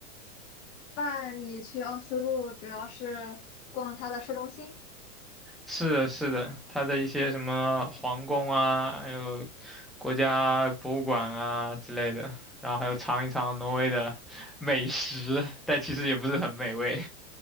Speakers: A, on the left (about 45°); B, in the centre.
A: 那你去奥斯陆主要是逛它的市中心。
B: 是的，是的，它的一些什么皇宫啊，还有国家博物馆啊之类的，然后还有尝一尝挪威的 <laughs> 美食，但其实也不是很美味。